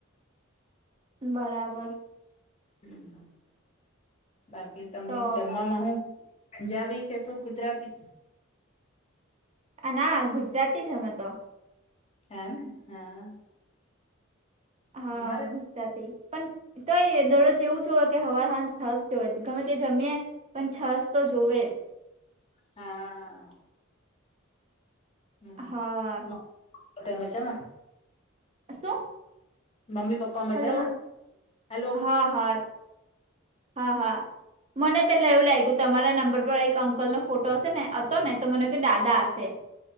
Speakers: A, on the right; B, on the left.
A: બરાબર
B: હમ બાકી તમને
A: તો
B: જમવામાં હુ. પંજાબી કેસો ગુજરાતી
A: અને ના ગુજરાતી જ અમે તો
B: હને હા
A: હા
B: અમારે
A: ગુસ્સાથી પણ તોય દરોજેવું જો કે હવા હ છસ જોવે ગમે તે જમએ પણ છસ તો જોવે જ
B: હા હમમે
A: હા
B: મજા માં
A: અ શું
B: મમ્મી પપ્પા મજામાં
A: હલો
B: હલો.
A: હા હા હા હા મને પેલા એવું લાગ્યું તમારા નંબર પર એક અંકલનો ફોટો હશે ને હતો ને તો મને કે દાદા હશે